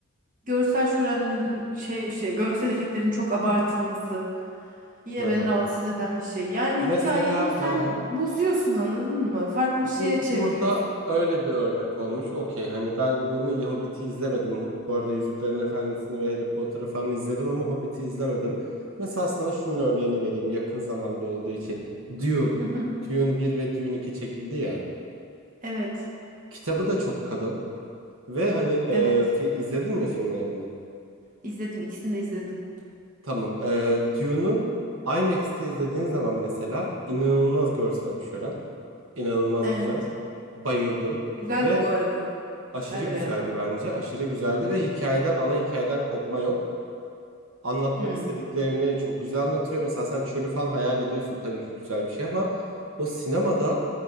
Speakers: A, on the right; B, on the right.
A: görsel şölenlerin şey işte görsel efektlerin çok abartılması yine
B: hı. hı.
A: beni rahatsız eden bir şey. Yani
B: Mesela
A: hikayeyi sen
B: aha,
A: bozuyorsun anladın mı? Farklı bir şeye
B: bu burada
A: çeviriyorsun.
B: öyle bir örnek olmuş. Okey hani ben bunu Hobbit'i izlemedim. Bu arada Yüzüklerin Efendisi'ni ve Harry Potter'ı falan izledim ama Hobbit'i izlemedim. Mesela sana şunun örneğini vereyim yakın zamanda olduğu için. Dune.
A: Hı hı.
B: Dune bir ve Dune iki çekildi ya.
A: Evet.
B: Kitabı da çok kalın. Ve hani e,
A: Evet.
B: fi- izledin mi filmlerini?
A: İzledim. ikisini de izledim.
B: Tamam. E, Dune'u IMAX'te izlediğin zaman mesela inanılmaz görsel bir şölen. İnanılmaz
A: Evet.
B: güzel. Bayıldım.
A: Güzeldi
B: Ve
A: bu arada.
B: Aşırı
A: Ben
B: güzeldi
A: de beğendim.
B: bence. Aşırı güzeldi ve hikayeden, ana hikayeden kopma yok. Anlatmak
A: Hmm.
B: istediklerini çok güzel anlatıyor. Mesela sen çölü falan hayal ediyorsun. Tabii ki güzel bir şey ama o sinemada